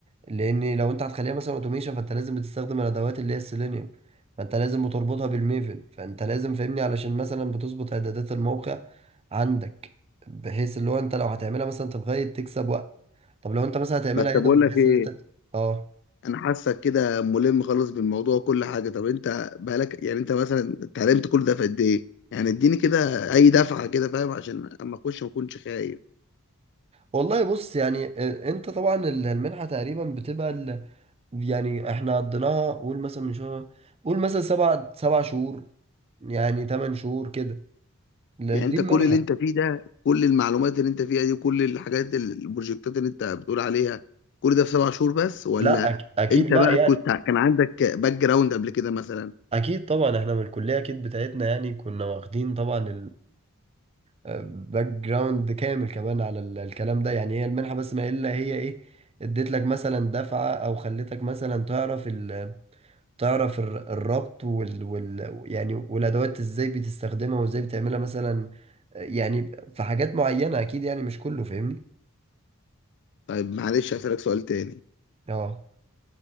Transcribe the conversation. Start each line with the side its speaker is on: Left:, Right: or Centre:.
Right: لان لو انت هتخليها مثلا اوتوميشن فانت لازم بتستخدم الادوات اللي هي السيلينيوم فانت لازم بتربطها بالميفن فانت لازم فاهمني علشان مثلا بتظبط اعدادات الموقع عندك بحيث اللي هو انت لو هتعملها مثلا تلغاية تكسب وقت طب لو انت مثلا هتعملها
Left: بس
Right: يدوي
Left: بقول
Right: بحيث
Left: لك ايه
Right: ان انت اه
Left: انا حاسك كده ملم خالص بالموضوع وكل حاجه طب انت بقالك يعني انت مثلا اتعلمت كل ده في قد ايه يعني اديني كده اي دفعه كده فاهم عشان اما اخش ما اكونش خايف
Right: والله بص يعني آه، انت طبعا ال- المنحة تقريبا بتبقى ال... يعني احنا قضيناها قول مثلا من شهر قول مثلا سبع سبع شهور يعني ثمان شهور كده لا
Left: يعني
Right: دي
Left: انت
Right: المنحة
Left: كل اللي انت فيه ده كل المعلومات اللي انت فيها دي وكل الحاجات ال- البروجكتات اللي انت بتقول عليها كل ده في سبع شهور بس ولا
Right: لا أك... اكيد
Left: انت
Right: لا
Left: بقى
Right: يعني
Left: كنت ع- كان عندك باك جراوند قبل كده مثلا
Right: اكيد طبعا احنا من الكليه اكيد بتاعتنا يعني كنا واخدين طبعا الباك جراوند كامل كمان على ال- الكلام ده يعني هي المنحه بس ما الا هي ايه اديت لك مثلا دفعه او خلتك مثلا تعرف ال تعرف الر- الربط وال, وال يعني والادوات ازاي بتستخدمها وازاي بتعملها مثلا يعني في حاجات معينه اكيد يعني مش كله فاهمني
Left: طيب معلش هسألك سؤال تاني
Right: اه